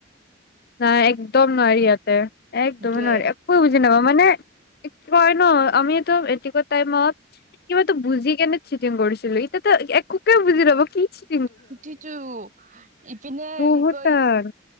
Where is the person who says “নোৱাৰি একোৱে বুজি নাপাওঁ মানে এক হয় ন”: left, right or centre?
Left